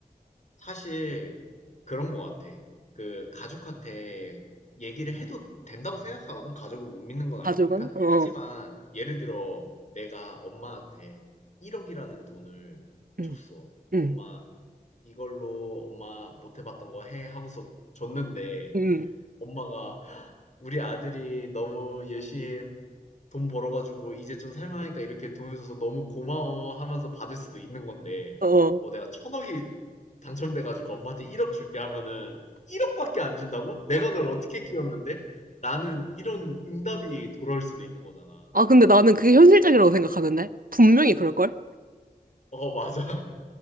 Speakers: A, on the left; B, on the right.
A: 사실 그런 것 같아. 그 가족한테 얘기를 해도 된다고 생각하거든. 가족을 못 믿는 건 아니니까.
B: 가족은? 어.
A: 하지만 예를 들어 내가 엄마한테 1억이라는 돈을
B: 응,
A: 줬어.
B: 응,
A: 엄마 이걸로 엄마 못 해봤던 거 해 하고서 줬는데
B: 응.
A: 엄마가 우리 아들이 너무 열심히 돈 벌어가지고 이제 좀 살만하니까 이렇게 돈을 줘서 너무 고마워 하면서 받을 수도 있는 건데,
B: 어.
A: 어, 내가 천억이 당첨돼가지고 엄마한테 1억 줄게 하면은 1억밖에 안 준다고? 내가 널 어떻게 키웠는데? 나는 이런 응답이 돌아올 수도 있는 거잖아.
B: 아, 근데 나는 그게 현실적이라고 생각하는데? 분명히 그럴걸?
A: 어, 맞아.